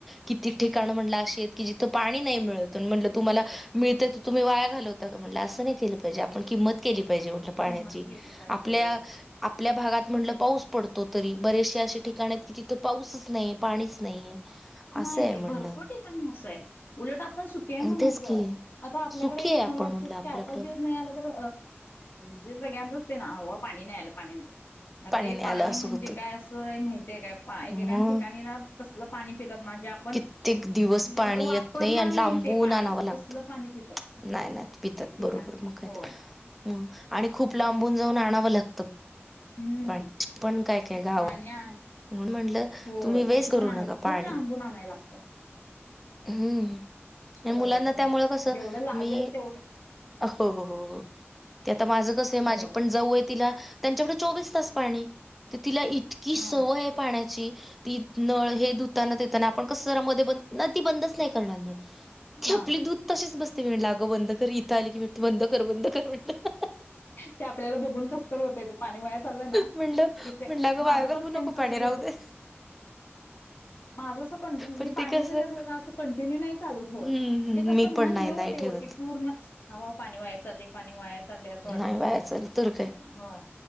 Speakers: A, in the centre; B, on the left.
A: कितीक ठिकाण म्हणलं शेत की जिथ पाणी नाही मिळत, म्हटलं तुम्हाला
B: होय
A: मिळते तर तुम्ही वाया घालवता का म्हणलं आस नाय केलं पाहिजे किंमत म्हणजे पाण्याची केली पाहिजेल पाण्याची
B: किंमत केली पाहिजे
A: आपल्या
B: होय
A: आपल्या आपल्या भागात म्हणलं पाऊस पडतो, तरी बरेचसे अशे ठिकाण आहेत की तिथं पाऊसच नाहीये पाणीच नाहीये.
B: नाही
A: असं आहे म्हणलं
B: भरपूर ठिकाणी असंय उलट आपण सुक्या आहे म्हणायचं.
A: तेच की
B: आता आपल्याकडे
A: सुखी
B: एक
A: आहे आपण
B: मला वाटतं
A: म्हणलं आपल्याकडं
B: चार पाच दिवस नाहीआल तर जे सगळ्यांचच ते ना हव पाणी नाही आलं पाणी नाही. अरे
A: नाही
B: पाणी
A: आलं असं
B: म्हणजे
A: होतं
B: काय असं माहितय काय एक
A: मग
B: एका ठिकाणी ना कसलं पाणी पितात ना जे आपण
A: कित्येक दिवस
B: ग
A: पाणी
B: वापरणार
A: येत नाही, आणि लांबून
B: ते पाणी
A: आणावं लागतं.
B: तसलं पाणी पितात
A: नाही नाही पितात
B: एक ठिकाणी
A: बरोबर म काय
B: होय
A: तर! आणि खूप लांबून जाऊन आणावं लागतं.
B: हम्म.
A: पाणी पण काय काय गाव
B: पाणी आण,
A: म्हणून म्हटलं
B: होय
A: तुम्ही वेस्ट
B: अशी
A: करू
B: पण आहे
A: नका पाणी
B: खूप लांबून आणायलागत. <inaudible>
A: हम्म ह्या मुलांना
B: करायचं नाही
A: त्यामुं कसं
B: जेवढं लागेल
A: मी
B: तेवढंच
A: हो हो ते आता माझं कसं आहे माझी
B: हो
A: पण जाऊय तिला त्यांच्या कडे चोवीस तास पाणी तर तिला इतकी
B: हा
A: सवय आहे पाण्याची! ती नळ हे धुतानाताना आपण कस जरा मध्ये ब ती बंदच नाही करणार नळ.
B: हा
A: ते आपले दूध तसेच बसते, आग बंद कर इथं आली की बंद कर बंद कर. म्हटलं
B: ते आपल्याला बघून कसततरी होत. पाणी वया चाललंय ना
A: म्हणलं
B: की सेमा
A: म्हणलं अगं वाया
B: माझं
A: घालवू
B: पण सेम
A: नको पाणी
B: तसच
A: राहू
B: होत.
A: दे.
B: माझं अस कंटिन्यू मी
A: पण
B: पाणी
A: ते कसं
B: जरी असलं ना अस कंटिन्यू नाही चाल होय
A: हम्म
B: म्हणजे कसं
A: मी पण
B: मन
A: नाही
B: हे हो
A: नाही
B: ते हो
A: ठेवत.
B: ते पूर्ण हव पाणी वाया चाले पाणी वाया! चाललंय असं वाटतंय
A: नाही
B: ना.
A: बाया चल तरु काय?
B: होय.